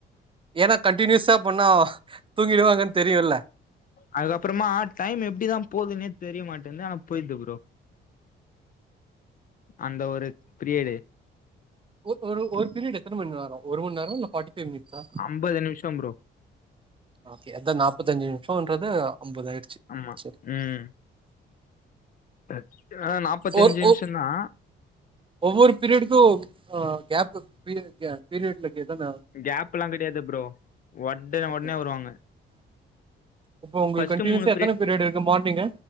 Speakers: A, on the right (about 25°); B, on the left (about 45°).
A: ஏனா கண்டினியூஸா பண்ணா தூங்கிருவாங்கன் தெரியுல்ல.
B: அதுக்கப்பறமா டைம் எப்டிதா போதுன்னே தெரிய மாட்டின்து ஆனா போய்ர்து ப்ரோ. அந்த ஒரு ப்ரியடு
A: ஒ ஒரு ஒரு பிரியடு எத்தன மண் நேரோ ஒரு மண் நேரமா இல்ல ஃபாட்டி ஃபை மினிட்ஸா?
B: அம்பது நிமிஷோ ப்ரோ
A: ஓகே அத்தா நாப்பத்தஞ்சு நிம்ஷோன்றது அம்பது ஆயிடுச்சு
B: ஆமா
A: செரி.
B: ம். த அ நாப்பத்தஞ்சி
A: ஒரு
B: நிம்ஷந்தா.
A: ஒவ்வொரு பீரியடுக்கு ஆ கேப்பு பீயக பீரியட்லக்கே தான.
B: கேப் எல்லா கெடையாது ப்ரோ ஒட்டனே
A: ஓகே
B: ஒனே வருவாங்க.
A: இப்போ உங்குள்
B: ஃபர்ஸ்ட்டு
A: கண்டினியூசா
B: மூணு
A: எத்தன பீரியடு இருக்கு மானிங்கு